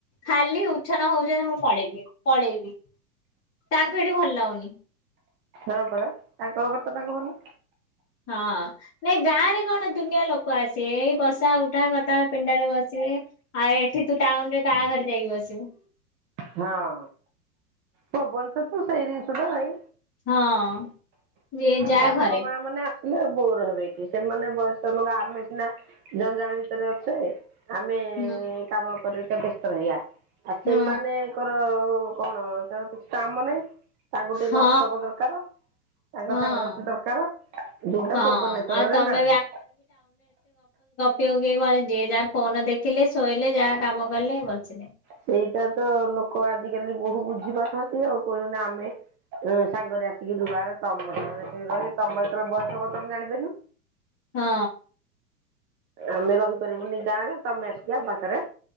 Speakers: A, on the left; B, on the right.
A: ଖାଲି ଉଚ୍ଛନ ହୋଉଛନ୍ତି ମୁଁ ପଳେଇବି। ପଳେଇବି। ତାଙ୍କୁ ଏଠି ଭଲ ଲାଗୁନି।
B: ତାଙ୍କର ତାଙ୍କର କଥାଟା କନି
A: ହଁ ନାଇଁ ଗାଁ ରେ କଣ ଦୁନିଆ ଲୋକ ଆସିବେ ବସା ଉଠା କଥା ପିଣ୍ଡରେ ବସିବେ ଆଉ ଏଠି ତୁ ଟାଉନୁରେ କାହାଘରେ ଯାଇକି ବସିବୁ।
B: ହଁ। ସବୁଆଡ଼େ ସେତ ସେଇ ଜିନିଷ ଟା ନାଇଁ
A: ହଁ ଯେ ଯାହା
B: ବାପା
A: ଘରେ।
B: ମା ମାନେ ଆସିଲେ ବୋର ହେ ସେମାନେ ବୟସ୍କ ଲଙ୍କ ଆେ ସିନା ଜଣେ ଜଣେ ଭିତରେ ଅଛେ। ଆମେ
A: ହୁଁ
B: କାମ କରେତ ପେ ରହିଆ ଆଉ ସେମାନେ
A: ହଁ
B: ନାଇଁ ଆଙ୍କର କଣ ତାଙ୍କର କିଛି କାମ ନାହିଁ ତାଙ୍କୁ ଟିକେ
A: ହଁ
B: ଗପସପ ଦରକାର ତାଙ୍କ
A: ହଁ।
B: ସାଙ୍ଗସାଥି ଦରକାର ଯୋଉଟା
A: ହଁ
B: ଭୁବନେଶ୍ୱରରେ
A: ଆଉ ତମେ
B: ନାହିଁ।
A: ତେଣୁ କିଏ ଘରେ ଯିଏ ଯାହା ଫୋନ ଦେଖିଲେ ଶୋଇଲେ ଯାହା କାମ କଲେ ବସିଲେ।
B: ସେଇଟା ତ ଲୋକ ଆଜିକାଲି ବୋହୁ ବୁଝି ପାରୁନାହାନ୍ତି ଆଉ କହୁଛନ୍ତି ଆମେ ସାଙ୍ଗରେ ଆସିକି ଲୁଆରେ ତମ ସାଙ୍ଗରେ ରହିବ ତମର ଯେତେବେଳେ ବୟସ ହବ ତମେ ଜାଣିପାରିବୁ।
A: ହଁ।
B: ଆମେ ରହୁ ପାରିବୁନି ଗାଁ ରେ ତମେ ଆସିକି ଆମ ପାଖରେ